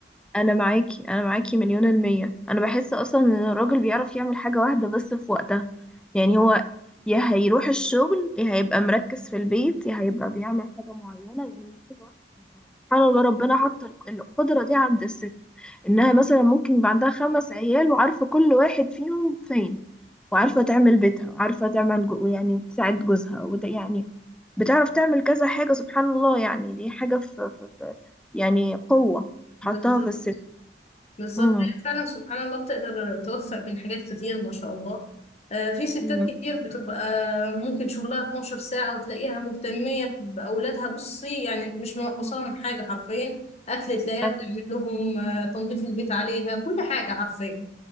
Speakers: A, in the centre; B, on the left.
A: انا معاكي انا معاكي مليون المية انا بحس اصلا ان الراجل بيعرف يعمل حاجة واحدة بس في وقتها يعني هو يا هيروح الشغل يا هيبقى مركز في البيت يا هيبقى بيعمل حاجة معينة يعني حاجة واحدة بس. سبحان الله ربنا حط القدرة دي عند الست انها مثلا ممكن يبقى عندها خمس عيال وعارفة كل واحد فيهم فين وعارفة تعمل بيتها وعارفة تعمل جو- يعني وتساعد جوزها وت... يعني بتعرف تعمل كذا حاجة سبحان الله يعني دي حاجة في... في... في... يعني قوة حطها
B: بالظبط
A: في الست
B: بالظبط
A: امم
B: هي فعلا سبحان الله بتقدر توفق بين حاجات كتير ما شاء الله آه، في ستات
A: مم.
B: كتير بتبقى ممكن شغلها 12 ساعة وتلاقيها مهتمية بأولادها بصي يعني مش منقصاها
A: مم.
B: من حاجة حرفيا أكل تلاقيها
A: أيوة.
B: بتعمل لهم آه، تنظيف البيت عليها كل حاجة حرفيا